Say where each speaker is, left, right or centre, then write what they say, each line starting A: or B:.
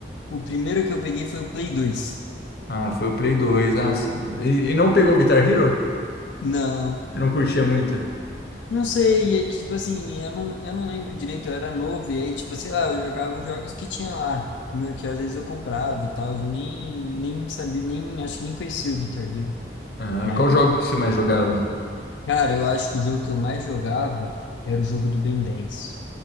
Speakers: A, on the left; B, on the left.
A: o primeiro que eu peguei foi o Play 2.
B: Ah, foi o Play 2. Ah, c- e, e não pegou Guitar Hero?
A: Não,
B: Você não curtia muito?
A: não sei, é que tipo assim, eu não, eu não lembro direito, eu era novo, e aí, tipo, sei lá, eu jogava os jogos que tinha lá, que, meu- que às vezes eu comprava e tal, nem, nem sabia, nem, acho que nem conhecia o Guitar Hero
B: Ah,
A: na
B: qual
A: época.
B: jogo que você mais jogava?
A: Cara, eu acho que o jogo que eu mais jogava era o jogo do Ben dez.